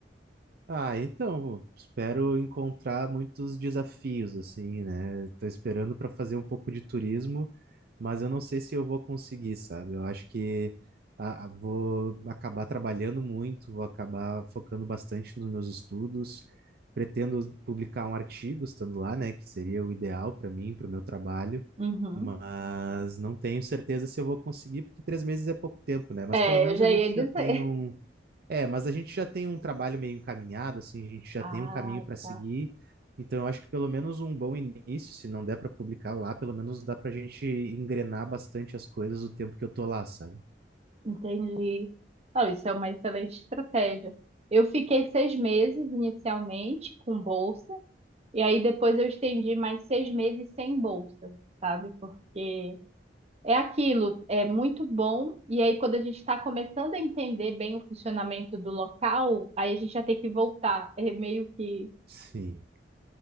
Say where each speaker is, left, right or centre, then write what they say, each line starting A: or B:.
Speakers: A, on the right (about 60°); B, on the right (about 35°).
A: Ah, então, espero encontrar muitos desafios, assim, né? Estou esperando para fazer um pouco de turismo, mas eu não sei se eu vou conseguir, sabe? Eu acho que ah, ah, vou acabar trabalhando muito, vou acabar focando bastante nos meus estudos. Pretendo publicar um artigo estando lá, né? Que seria o ideal para mim, para o meu trabalho,
B: Uhum.
A: mas não tenho certeza se eu vou conseguir, porque três meses é pouco tempo, né? Mas
B: É,
A: pelo menos
B: eu já
A: a gente
B: ia dizer.
A: já tem um.
B: <laughs>
A: É, mas a gente já tem um trabalho meio encaminhado, assim, a gente já
B: Ah,
A: tem um caminho para seguir.
B: tá.
A: Então, eu acho que pelo menos um bom início, se não der para publicar lá, pelo menos dá para a gente engrenar bastante as coisas o tempo que eu tô lá, sabe?
B: Entendi. Ah, isso é uma excelente estratégia. Eu fiquei seis meses inicialmente com bolsa, e aí depois eu estendi mais seis meses sem bolsa, sabe? Porque é aquilo, é muito bom, e aí quando a gente está começando a entender bem o funcionamento do local, aí a gente já tem que voltar. É meio que
A: Sim,